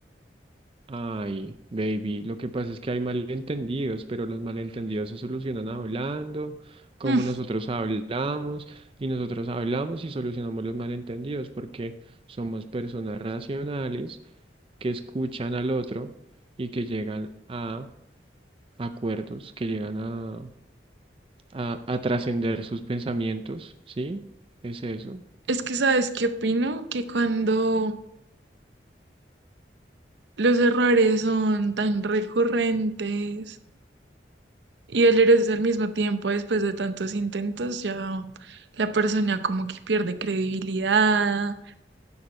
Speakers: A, on the right (about 30°); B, on the right (about 80°).
A: Ay, baby. Lo que pasa es que hay malentendidos, pero los malentendidos se solucionan hablando, como
B: Mm,
A: nosotros hablamos, y nosotros hablamos y solucionamos los malentendidos, porque somos personas racionales que escuchan al otro y que llegan a acuerdos, que llegan a, a, a trascender sus pensamientos, ¿sí? Es eso.
B: Es que, ¿sabes qué opino? Que cuando los errores son tan recurrentes y el eres al mismo tiempo después de tantos intentos, ya la persona como que pierde credibilidad.